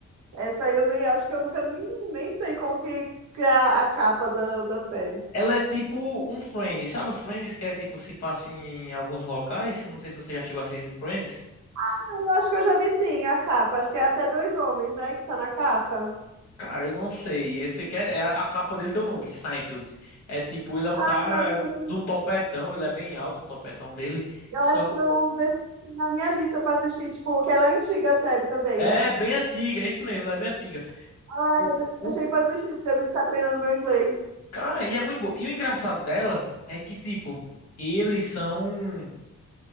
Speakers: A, on the right (about 80°); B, on the left (about 65°).
A: essa aí eu nem acho que eu nunca nem, nem sei como que, que é a, a capa da, da série.
B: Ela é tipo um Friends, sabe Friends que é tipo se passa em alguns locais? Eu não sei se você já chegou a assistir Friends.
A: Ah, eu acho que eu já vi sim a capa, acho que é até dois homens, né, que tá na capa.
B: Cara, eu não sei. Eu sei que é, é a a capa dele tem o nome, Seinfeld. É tipo, ele é um cara
A: Ah, eu acho
B: de
A: que eu,
B: um topetão, ele é bem alto, o topetão dele.
A: eu
B: Só
A: acho que eu deixei na minha lista pra assistir, tipo, que ela é antiga a série também,
B: é
A: né?
B: bem antiga, é isso mesmo, ela é bem antiga.
A: Ah,
B: O,
A: eu
B: o
A: deixei pra assistir, pra mim ficar treinando meu inglês.
B: cara, e é muito bom. E o engraçado dela é que tipo, eles são